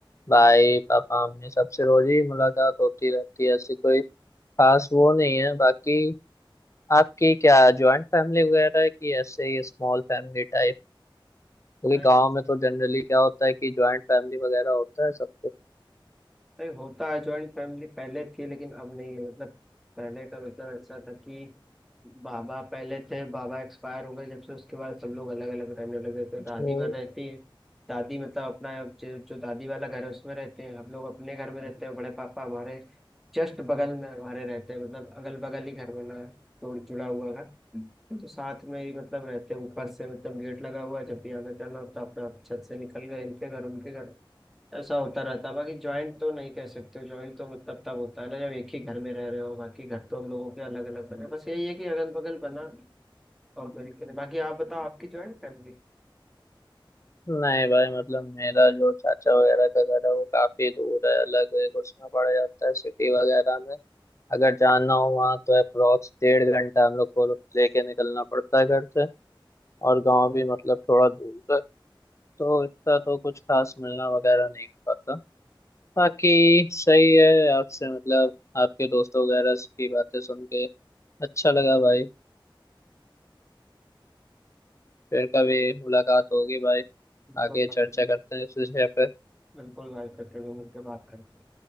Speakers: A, on the left; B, in the centre.
A: भाई पापा मम्मी सबसे रोज ही मुलाकात होती रहती है ऐसी कोई खास वो नहीं है बाकी आपकी क्या जॉइंट फैमिली वगैरह है कि ऐसे ही स्मॉल फैमिली टाइप क्योंकि
B: भाई
A: गांव में तो जनरली क्या होता है कि जॉइंट फैमिली वगैरह होता है सब
B: भाई होता है जॉइंट फैमिली पहले थी लेकिन अब नहीं है मतलब पहले का मतलब ऐसा था कि बाबा पहले थे बाबा एक्सपायर हो गए जब से उसके बाद सब लोग अलग अलग रहने लगे तो
A: कुछ
B: दादी में रहती है दादी मतलब अपना जो जो दादी वाला घर है उसमें रहते हैं हम लोग अपने घर में रहते हैं बड़े पापा हमारे जस्ट बगल में हमारे रहते हैं मतलब अगल बगल ही घर बना है जोड़ जुड़ा हुआ घर तो साथ में ही मतलब रहते हैं ऊपर से मतलब गेट लगा हुआ है जब भी आना जाना होता है, अपना छत से निकल गए इनके घर उनके घर ऐसा होता रहता है बाकी ज्वाइंट तो नहीं कह सकते ज्वाइंट तो मतलब तब होता है ना जब एक ही घर में रह रहे हो बाकी घर तो हम लोगों के अलग अलग बने बस यही है कि अगल बगल बना और कोई दिक्कत नहीं बाकी आप बताओ आपकी ज्वाइंट फैमिली
A: नहीं भाई मतलब मेरा जो चाचा वगैरह का घर है वो काफी दूर है अलग एक उसमें पड़ जाता है सिटी वगैरह में अगर जाना हो वहाँ तो अप्रोक्स डेढ़ घंटा हम लोग को लेके निकलना पड़ता है घर से और गांव भी मतलब थोड़ा दूर है तो इतना तो कुछ खास मिलना वगैरह नहीं हो पाता बाकी सही है आपसे मतलब आपके दोस्तों वगैरह की बातें सुन के अच्छा लगा भाई फिर कभी मुलाकात होगी भाई
B: बिल्कुल
A: आगे चर्चा
B: भाई,
A: करते हैं इस विषय पे
B: बिल्कुल भाई करके भी मिलकर बात करते हैं